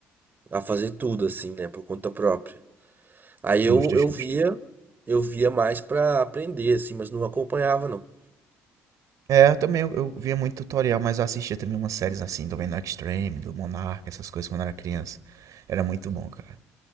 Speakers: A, on the right (about 30°); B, on the right (about 60°).
A: a fazer tudo assim, né, por conta própria. Aí
B: Justo,
A: eu, eu
B: justo.
A: via, eu via mais pra aprender assim, mas não acompanhava não.
B: É, eu também, eu, eu via muito tutorial, mas eu assistia também umas séries assim, do Venom Extreme, do Monarca, essas coisas quando eu era criança. Era muito bom, cara.